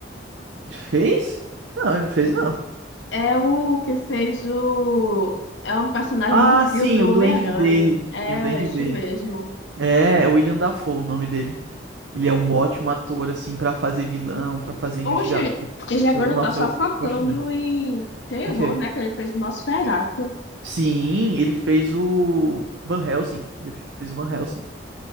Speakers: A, on the right; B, on the left.
A: Ele fez? Não, ele não fez, não.
B: É o que fez o... É um personagem
A: Ah,
B: no filme,
A: sim,
B: o
A: o
B: Homem-Aranha.
A: Duende Verde.
B: É
A: Sim, o Duende
B: isso
A: Verde.
B: mesmo.
A: É, é o William Dafoe o nome dele. Ele é um ótimo ator, assim, pra fazer vilão, pra fazer investigador.
B: Oxe, ele agora
A: Eu- nossa,
B: tá só
A: eu
B: focando
A: gosto muito.
B: em terror,
A: O quê?
B: né? Que ele fez o Nosferatu.
A: Sim, ele fez o Van Helsing. Ele fez o Van Helsing.